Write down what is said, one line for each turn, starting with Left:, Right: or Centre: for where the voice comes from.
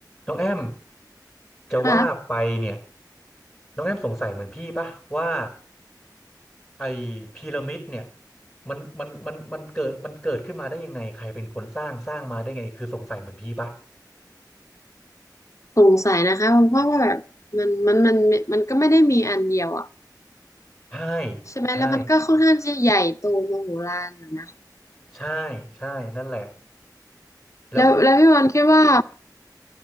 Centre: น้องแอมจะว่าไปเนี่ย
Left: ค่ะ
Centre: น้องแอมสงสัยเหมือนพี่ปะว่าไอ้พีระมิดเนี่ยมันมันมันมันเกิดมันเกิดขึ้นมาได้ยังไงใครเป็นคนสร้างสร้างมาได้ไงคือสงสัยเหมือนพี่ปะ
Left: สงสัยนะคะเพราะว่าแบบมันมันมันมันก็ไม่ได้มีอันเดียวอ่ะ
Centre: ใช่
Left: ใช่ไหมแล้วมันก็ค่อนข้างที่จะใหญ่โตมโหฬารอยู่นะ
Centre: ใช่ใช่ใช่นั่นแหละแล้ว
Left: แล้วแล้วพี่วันคิดว่า